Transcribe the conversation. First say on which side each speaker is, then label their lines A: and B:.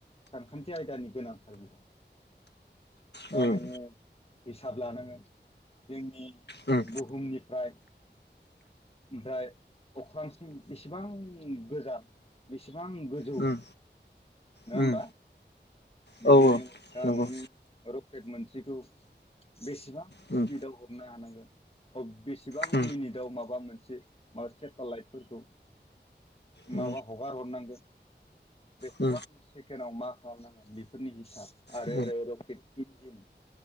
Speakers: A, on the left; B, on the left.
A: सान खान्थि आयदानि गोनां। आरो बेयाव बानो
B: उम
A: हिसाब लानांगोन जोंनि
B: उम
A: बुहुमनिफ्राय ओमफ्राय अख्रां बेसेबां गोजा बेसे बेसेबां गोजौ
B: उम
A: नोङा
B: उम
A: होमबा?
B: उम
A: बिदिनो
B: औ
A: दा
B: नंगौ
A: नोंङो <unintelligible> केद मोनसेखौ बेसेबां
B: उम
A: स्पिडाव हरनो हानांगोन अ बेसेबां
B: उम
A: मिनिटआव माबा माबा मोनसे मा सेटेलाइटफोरखौ
B: उम
A: माबा हगार हरनांगोन बेसेबां
B: उम
A: सेकेणड आव मा खालामनांगोन बेफोरनि हिसाब आरो
B: उम
A: ओरै रकेट इन्जिन